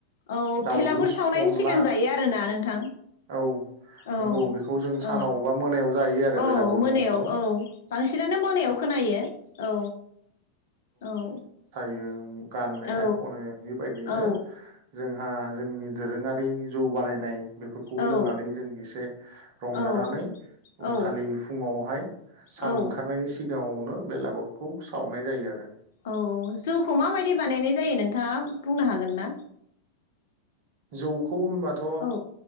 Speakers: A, on the left; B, on the right.
A: औ
B: दाउजोंस
A: भेलागुर सावनायनि
B: अनला
A: सिगां जायो आरोना नोंथां
B: औ
A: औ
B: नंगौ बेखौ जों सानाव
A: औ
B: बा मोनायाव जायो आरो
A: औ
B: बेलागुर
A: मोनायाव
B: न'आवनो ।
A: औ बांसिनानो मोनायाव खोनायो औ औ
B: ओम गान मेथाइ
A: औ
B: खनो बेबायदियैनो
A: औ
B: जोंहा जोंनि दोरोङारि जौ बानायनाय बेफोरखौ
A: औ
B: लोंनानै जों एसे रंजानानै
A: औ
B: उनखालि
A: औ
B: फुङावहाय सान
A: औ
B: ओंखारनायनि सि सिगाङावनो बेलागुरखौ सावनाय जायो आरो ।
A: औ जौखौ माबायदि बानायनाय जायो नोंथाङा बुंनो हागोन ना?
B: जौ ग होनबाथ
A: औ